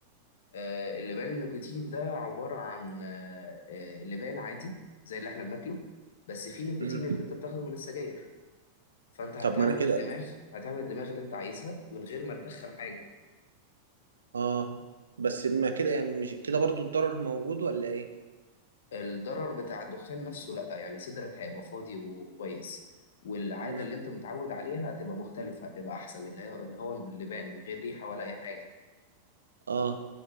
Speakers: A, on the left (about 65°); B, on the right (about 80°).
A: آه، اللبان النيكوتين ده عبارة عن آه، آه، لبان عادي زي اللي احنا بناكله بس فيه نيكوتين
B: مم.
A: اللي انت بتاخده من السجاير فانت هتعمل
B: طب ما انا كده
A: الدماغ هتعمل الدماغ اللي انت عايزها من غير ما تدخن حاجه
B: اه بس ما كده يعني مش كده برضو الضرر موجود ولا ايه
A: الضرر بتاع الدخان نفسه لا يعني صدرك هيبقى فاضي وكويس والعاده
B: مم.
A: اللي انت متعود عليها هتبقى مختلفه هتبقى احسن اللي هي اللي هو اللبان من غير ريحه ولا اي حاجه
B: اه